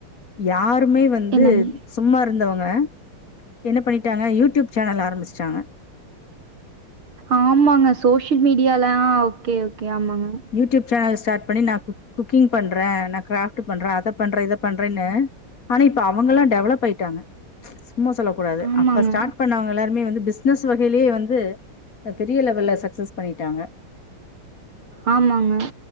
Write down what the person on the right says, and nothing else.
என்னங்க?
ஆமாங்க சோசியல் மீடியால அஹ் ஓகே ஆமாங்க.
ஆமாங்க.
ஆமாங்க